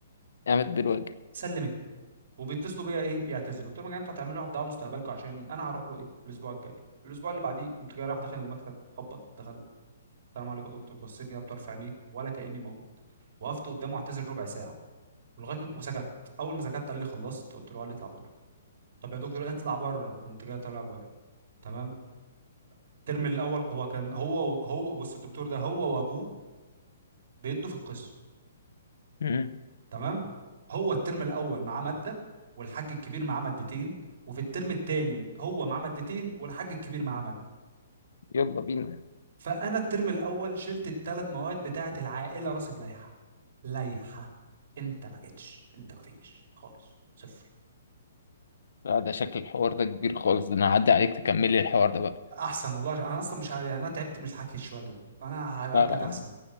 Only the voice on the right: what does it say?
سلمتني وبيتصلوا بيا ايه يعتذروا قلت لهم يا جماعه انتوا هتعملوا واحد دعوه مستقبلكم عشاني انا هروح له ايه الاسبوع الجاي الاسبوع اللي بعديه قمت جاي رايح داخل المكتب خبط دخلت السلام عليكم يا دكتور بصيت كده بطرف عينيه ولا كاني موجود وقفت قدامه اعتذر ربع ساعه ولغايه م- وسكت اول ما سكت قال لي خلصت قلت له قال لي اطلع بره طب يا دكتور اطلع بره قمت جاي طالع بره تمام الترم الاول هو كان هو هو بص الدكتور ده هو وابوه بيدوا في القسم
تمام هو الترم الاول معاه ماده والحاج الكبير معاه مادتين وفي الترم الثاني هو معاه مادتين والحاج الكبير معاه ماده
فانا الترم الاول شلت الثلاث مواد بتاعه العائله راسب لائحه لائحه انت ما جيتش انت ما فيش خالص صفر
احسن والله انا اصلا مش ع- يعني انا تعبت من الحكي شويه دول انا هقابلك
احسن